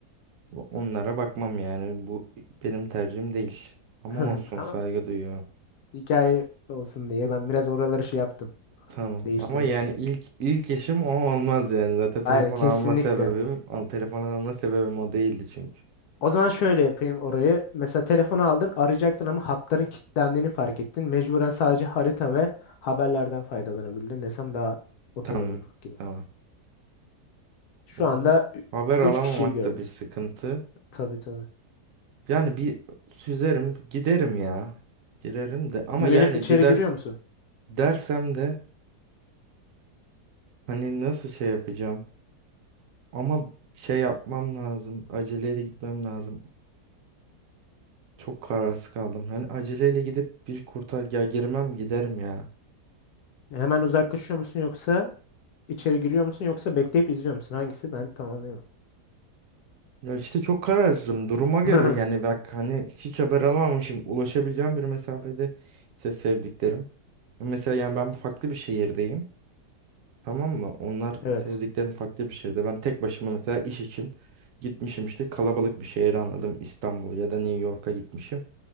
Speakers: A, on the right; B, on the left.
A: Onlara bakmam yani. Bu benim tercihim değil. Ama
B: <laughs>
A: olsun
B: Ama
A: saygı duyuyorum.
B: hikaye olsun diye ben biraz oraları şey yaptım.
A: Tamam
B: Değiştirdim.
A: ama yani ilk ilk işim o olmaz yani. Zaten telefon
B: Aynen kesinlikle.
A: alma sebebim, al, telefon alma sebebim o değildi çünkü.
B: O zaman şöyle yapayım orayı. Mesela telefonu aldın arayacaktın ama hatların kilitlendiğini fark ettin. Mecburen sadece harita ve haberlerden faydalanabildin desem daha okey
A: Tamam.
B: olur gibi.
A: Tamam.
B: Şu
A: Bu
B: anda
A: bu haber alamamak
B: 3 kişiyi gördüm.
A: da bir sıkıntı.
B: Tabii tabii.
A: Yani bir süzerim, giderim ya. Girerim de ama
B: Güvenip
A: yani
B: içeri
A: gider
B: giriyor musun?
A: dersem de hani nasıl şey yapacağım? Ama şey yapmam lazım. Aceleyle gitmem lazım. Çok kararsız kaldım. Hani aceleyle gidip bir kurtar ya girmem giderim ya.
B: Hemen uzaklaşıyor musun yoksa içeri giriyor musun yoksa bekleyip izliyor musun? Hangisi? Ben tamamlayamam.
A: Ya işte çok kararsızım duruma göre
B: <laughs>
A: yani bak hani hiç haber alamamışım ulaşabileceğim bir mesafede ise sevdiklerim. Mesela yani ben farklı bir şehirdeyim tamam mı? Onlar
B: Evet.
A: sevdiklerim farklı bir şehirde. Ben tek başıma mesela iş için gitmişim işte kalabalık bir şehre anladım İstanbul ya da New York'a gitmişim.